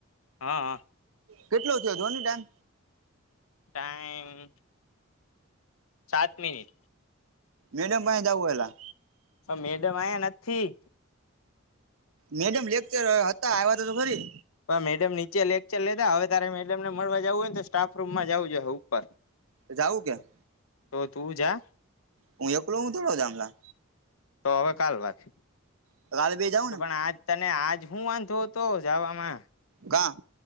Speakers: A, on the left; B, on the right.
A: હા હા.
B: કેટલુ થયું જોની ત્યાં.
A: ટાઈમ. સાત મિનિટ.
B: મેડમ પાહે જાઉું એલા.
A: અ મેડમ આયા નથી.
B: મેડમ લેક્ચર હતા આવ્યા હતા તો ખરી.
A: પણ મેડમ નીચે લેક્ચર લેધા હવે તારે મેડમ ને મળવા જવું હોયને તો સ્ટાફ રૂમમાં જવું જોઈ ઉપર.
B: જાઉું ક્યાં.
A: તો તું જા
B: હું એકલો હું થોડો જામલા
A: તો હવે કાલ વાત.
B: <unintelligible> બી જાવ.
A: તો પણ આજ તને આજ હુ વાંધો હતો જાવામાં.
B: કા